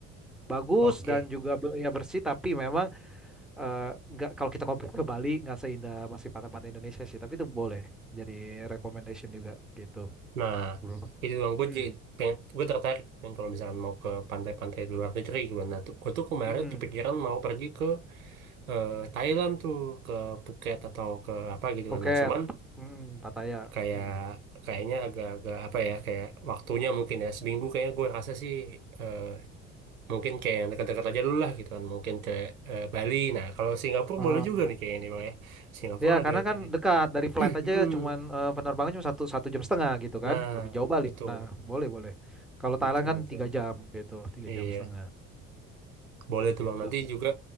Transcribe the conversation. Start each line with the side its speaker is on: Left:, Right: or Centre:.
Centre: Bagus
Right: oke.
Centre: dan juga be- ya bersih tapi memang eh, nggak kalau kita compare ke Bali nggak seindah masih pantai-pantai Indonesia sih tapi itu boleh jadi recommendation juga gitu
Right: Nah,
Centre: bro.
Right: itu bang gue
Centre: Hmm.
Right: jadi pengen gue tertarik dan kalau misalkan mau ke pantai-pantai di luar negeri gue nah tuh gue tuh kemarin
Centre: Mm-mm.
Right: kepikiran mau pergi ke eh, Thailand tuh ke Phuket atau ke apa gitu
Centre: Phuket,
Right: kan nah cuman
Centre: hmm, Pattaya.
Right: kayak
Centre: Hmm.
Right: kayaknya agak-agak apa ya kayak waktunya mungkin ya seminggu kayaknya gue rasa sih eh, mungkin kayak yang dekat-dekat aja dulu lah gitu kan mungkin ke eh, Bali nah kalau Singapura
Centre: Oh.
Right: boleh juga nih kayaknya nih bang ya Singapura
Centre: Ya
Right: ada
Centre: karena kan
Right: tadi <clears throat>
Centre: dekat dari flight aja
Right: Hmm.
Centre: ya, cuman eh, penerbangan cuma satu satu jam setengah gitu
Right: nah
Centre: kan, lebih jauh Bali.
Right: betul
Centre: Nah boleh boleh. Kalau
Right: betul
Centre: Thailand kan
Right: betul
Centre: tiga jam gitu, tiga
Right: iya
Centre: jam setengah
Right: boleh tuh
Centre: gitu.
Right: bang nanti juga